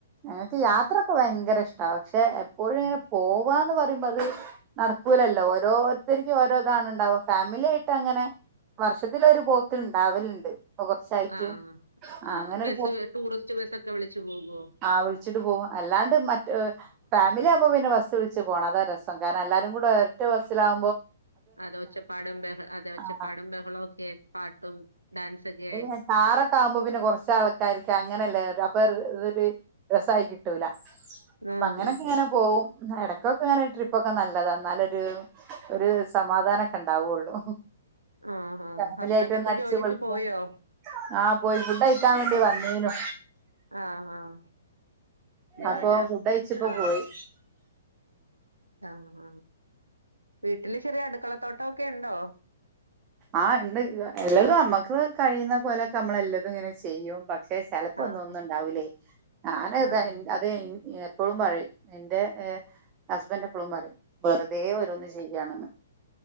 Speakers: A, on the right; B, on the right.
A: ഞങ്ങക്ക് യാത്രയൊക്കെ ഭയങ്കര ഇഷ്ട പക്ഷെ എപ്പോഴും ഇങ്ങനെ
B: ഉം
A: പോവാന്ന് പറ ത് നടക്കൂലല്ലോ ഓരോരുത്തരും ഓരോ ഇതാണ് ഉണ്ടാവ ഫാമിലി ആയിട്ട് അങ്ങനെ. വർഷത്തില് ഒരു പോക്ക് ഇണ്ടാവലുണ്ട്. ഇപ്പൊ കുറച്ചായിട്ട്
B: ആഹ്
A: ആ
B: ആഹ്
A: അങ്ങനെ
B: ബസ്
A: ഒരു
B: ടൂറിസ്റ്റ് ബസ് ഒക്കെ വിളിച്ചു പോകുവോ?
A: ആഹ് വിളിച്ചിട്ട് പോകും അല്ലാണ്ട് മറ്റേ ഫാമിലി ആകുമ്പ പിന്നെ ബസ് വിളിച്ച് പോണം അതാ രസം കാരണം എല്ലാരും കൂടെ. ഒറ്റ ബസിലാവുമ്പൊ.
B: അത ഒച്ചപ്പാടും ബഹളം അതെ ഒച്ചപ്പാടും
A: ആ
B: ബഹളം ഒക്കെ പാട്ടും ഡാൻസ് ഒക്കെ.
A: പിന്നെ കാറൊക്കെ ആകുമ്പോ പിന്നെ കുറച്ച് ആൾക്കാരിക്ക അങ്ങനെയല്ലേ അപ്പൊ ഒര്. രസായി കിട്ടൂല. അപ്പൊ
B: ആഹ്
A: അങ്ങനൊക്കെ
B: അതെ.
A: ഇങ്ങനെ പോവും ഇടക്കൊക്കെ അങ്ങനെ ട്രിപ്പ് ഒക്കെ നല്ലതാ എന്നാലൊരു ഒരു സമാധാനൊക്കെ. ണ്ടാവുള്ളു
B: ആഹ് ആഹ്
A: ഫാമിലിയിട്ട്
B: ഹസ്ബൻഡ്
A: ഒന്ന്
B: ഒക്കെ
A: അടിച്ച്
B: ജോലിക്ക്
A: പൊളിക്കാൻ.
B: പോയോ
A: ആഹ് പോയി ഫുഡ് കഴിക്കാൻ വേണ്ടി വന്നിനു.
B: ആഹ് ആഹ് ഞാന്
A: അപ്പൊ ഫുഡ് കഴിച്ചിപ്പോ
B: ആഹ്
A: പോയി
B: ആഹ് ആഹ് വീട്ടില് ചെറിയ അടുക്കളത്തോട്ടമൊക്കെ ഉണ്ടോ?
A: ആഹ് ഉണ്ട് എല്ലതും നമ്മക്ക് കഴിയുന്ന പോലൊക്കെ നമ്മൾ എല്ലതും ഇങ്ങനെ ചെയ്യും. പക്ഷെ ചിലപ്പോ
B: ആഹ്
A: ഒന്നും ഒന്നും ഉണ്ടാവൂലെയ് ഞാന് ഇത
B: ആഹ്
A: അത്. എപ്പളും പറയും എന്റെ ഏഹ് ഹസ്ബൻഡ് എപ്പളും പറയും വെറുതെ ഓരോന്ന് ചെയ്യാണ്ന്ന്.